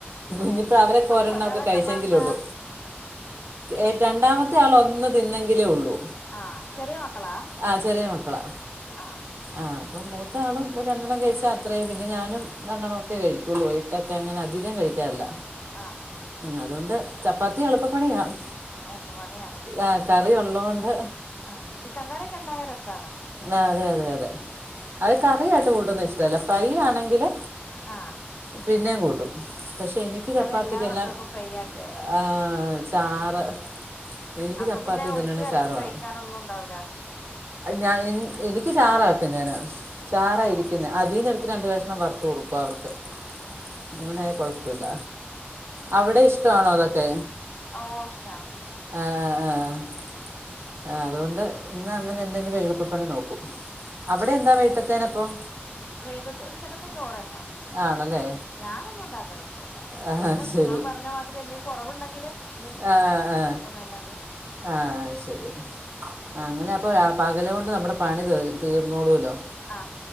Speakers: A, on the left; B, on the right.
A: ഏ
B: ഞ്ഞിപ്പ അവരെ
A: അപ്പൊ
B: ഒരെണ്ണ
A: ഒരാള്
B: ഒക്കെ
A: എത്രണ്ണാന്നാ
B: കഴിച്ചെങ്കിലും ഉള്ളു ഏഹ് രണ്ടാമത്തെ ആൾ ഒന്ന് തിന്നെങ്കിലേ ഉള്ളൂ
A: ആഹ് ചെറിയ മക്കളാ
B: ആഹ് ചെറിയ മക്കളാ
A: ആഹ്
B: ആഹ് പ്പോ മൂത്ത ആളും രണ്ടെണ്ണം കഴിച്ചാൽ അത്രയും പിന്നെ ഞാനും രണ്ടെണ്ണം ഒക്കെ
A: ആ
B: കഴിക്കും കുള്ളൂ ഇട്ട തന്നെ അങ്ങനെ അധികം കഴിക്കാറില്ല
A: ആഹ്
B: അതൊണ്ട് ചപ്പാത്തി എളുപ്പ പണിയാണ്
A: എൾപ പണിയാണ്
B: ആഹ് കറി ഉള്ളോണ്ട്
A: ആഹ് ചിക്കൻ കറിയൊക്കെ ഉണ്ടായ രസാണ്
B: ആഹ് അതെ അതെ അതെ അത് കറിയായിട്ട് കൂട്ടന്നും ഇഷ്ടല്ല ഫ്രൈ ആണെങ്കില്
A: ആഹ്
B: പിന്നേ കൂട്ടും പക്ഷെ എനിക്ക് ചപ്പാത്തിക്കെല്ലാം
A: എല്ലാ മക്കൾക്കും ഫ്രൈ ആക്കിയാ മതി
B: ആഹ് ചാറ് എനിക്ക്
A: അപ്പൊ
B: ചപ്പാത്തി
A: പിന്നെ ഒഴിച്ച്
B: തിന്നണേൽ
A: കറി
B: ചാറ്
A: കഴിക്കാന
B: വേണം
A: ഒന്നും ഉണ്ടാവില്ല
B: ഞാൻ എനിക്ക് ചാറ വക്ക ഞൻ ചാറായിരിക്കു
A: ആ ആ
B: അതിന്ന എടുത്ത് രണ്ട കക്ഷണം വറത്ത കൊടുക്കും അവർക്ക്
A: ആ ആ
B: അങ്ങനെ കുഴപ്പല്ല അവിടെ ഇഷ്ടാണോ അതൊക്കെ
A: ഓ ഇഷ്ടമാണ്
B: ആഹ ആ ആ അതുകൊണ്ട് ഇന്ന് അങ്ങനെ എന്തെങ്കിലും എളുപ്പപ്പണി നോക്കും അവിടെ എന്താ വീട്ടത്തേന് അപ്പം
A: വേഗ ഉച്ചകത്തെ ചോറ്ന്നെയ
B: ആണല്ലേ
A: ഞാനൊന്നും ഉണ്ടാക്കല ഒന്നുമല്ല എന്തെങ്കിലും
B: ആ ശരി
A: നിങ്ങള് പറഞ്ഞ മാതിരി എന്തെിലും കുറവുണ്ടെങ്കില്
B: ആഹ ആഹ
A: നല്ലാതെ
B: ആ ശരി അങ്ങനെ അപ്പൊ പകല കൊണ്ട് നമ്മുടെ പണി ത തീർന്നോളൂല്ലോ
A: ആ